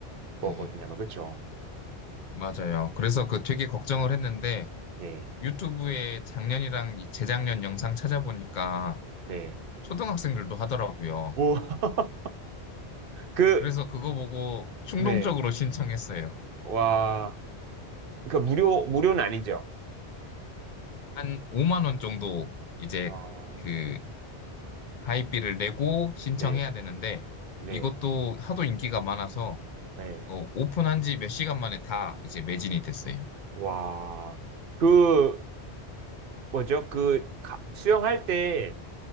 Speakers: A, on the left; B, on the right.
A: 네,
B: 거거든요. 아마. 그쵸?
A: 맞아요. 그래서 그 되게 걱정을 했는데
B: 네,
A: 유튜브에 작년이랑 이 재작년 영상 찾아보니까
B: 네.
A: 초등학생들도 하더라고요.
B: 오, <laughs> 그,
A: 그래서 그거 보고 충동적으로
B: 네.
A: 신청했어요.
B: 와, 그 무료, 무료는 아니죠.
A: 한 5만 원 정도 이제
B: 어,
A: 그 가입비를 내고 신청해야
B: 네,
A: 되는데
B: 네,
A: 이것도 하도 인기가 많아서
B: 네.
A: 어, 오픈한 지 몇 시간 만에 다 이제 매진이 됐어요.
B: 와, 그, 뭐죠? 그, 가- 수영할 때